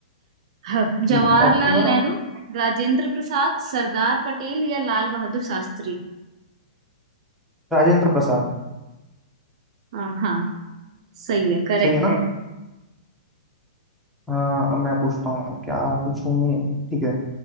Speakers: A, on the right; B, in the centre.
A: रहा <laughs> ह, जवाहरलाल
B: हम्म, ऑप्शन दो
A: नेहरू
B: ना
A: राजेंद्र प्रसाद सरदार पटेल या लाल बहादुर शास्त्री
B: राजेंद्र प्रसाद
A: हाँ हाँ सही है करेक्ट
B: सही है ना
A: है
B: हाँ अब मैं पूछता हूँ क्या पूछूं ठीक है